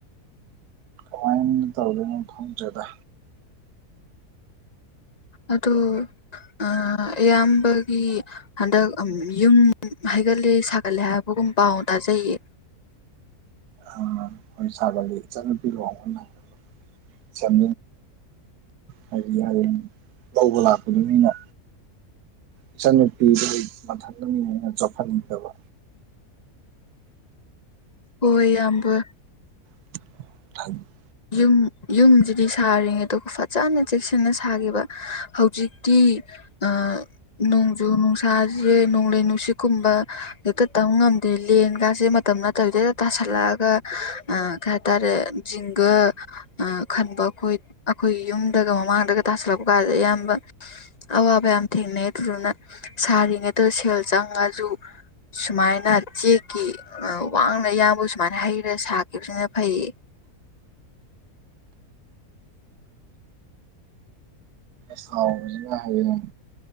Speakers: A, on the right (about 85°); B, on the left (about 30°).
A: ꯀꯃꯥꯏꯟ ꯇꯧꯗꯨꯏꯅꯣ ꯈꯪꯗ꯭ꯔꯦꯗ
B: ꯑꯗꯨ ꯑꯥ ꯏꯌꯥꯝꯕꯒꯤ ꯍꯟꯗꯛ ꯌꯨꯝ ꯍꯩꯒꯠꯂꯦ ꯁꯥꯒꯠꯂꯦ ꯍꯥꯏꯕꯒꯨꯝ ꯄꯥꯎ ꯇꯥꯖꯩꯌꯦ
A: ꯑꯥ ꯍꯣꯏ ꯁꯥꯒꯠꯂꯦ ꯏꯆꯟ ꯅꯨꯄꯤ ꯂꯨꯍꯣꯡꯕ ꯅꯡ ꯆꯞ ꯍꯥꯏꯗꯤ <unintelligible> ꯂꯧꯕ ꯂꯥꯛꯄ ꯃꯤꯅ ꯏꯆꯟ ꯅꯨꯄꯤꯗꯨ ꯃꯊꯟꯗꯅꯤꯅ ꯑꯩꯅ ꯆꯣꯞꯍꯟꯅꯤꯡꯗꯕ
B: ꯍꯣꯏ ꯏꯌꯥꯝꯕ
A: <unintelligible>
B: ꯌꯨꯝ ꯌꯨꯝꯁꯤꯗꯤ ꯁꯥꯔꯤꯉꯩꯗꯨ ꯐꯥꯖꯅ ꯆꯦꯛꯁꯤꯟꯅ ꯁꯥꯒꯤꯕ ꯍꯧꯖꯤꯛꯇꯤ ꯑꯥ ꯅꯣꯡꯖꯨ ꯅꯨꯡꯁꯥꯁꯦ ꯅꯣꯡꯂꯩ ꯅꯨꯡꯁꯤꯠꯀꯨꯝꯕ ꯍꯦꯛꯇ ꯇꯝꯕ ꯉꯝꯗꯦ ꯂꯦꯟꯒꯥꯁꯦ ꯃꯇꯝ ꯅꯠꯇꯕꯤꯗ ꯇꯥꯁꯜꯂꯛꯑꯒ ꯑꯥ ꯀꯩ ꯍꯥꯏꯇꯥꯔꯦ ꯖꯤꯡ ꯒ ꯑꯥ ꯈꯟꯕ ꯑꯩꯈꯣꯏ ꯑꯩꯈꯣꯏꯒꯤ ꯌꯨꯝꯗꯒ ꯃꯃꯥꯡꯗꯒ ꯇꯥꯁꯜꯂꯛꯄ ꯀꯥꯟꯁꯦ ꯏꯌꯥꯝꯕ ꯑꯋꯥꯕ ꯌꯥꯝ ꯊꯦꯡꯅꯩ ꯑꯗꯨꯗꯨꯅ ꯁꯥꯔꯤꯉꯩꯗ ꯁꯦꯜ ꯆꯪꯉꯁꯨ ꯁꯨꯃꯥꯏꯅ ꯆꯦꯛꯀꯤ ꯑꯥ ꯋꯥꯡꯅ ꯏꯌꯥꯝꯕ ꯁꯨꯃꯥꯏꯅ ꯍꯩꯔꯒ ꯁꯥꯈꯤꯕꯁꯤꯅ ꯐꯩꯌꯦ
A: ꯁꯥꯍꯧꯕꯅꯤꯅ ꯍꯥꯌꯦꯡ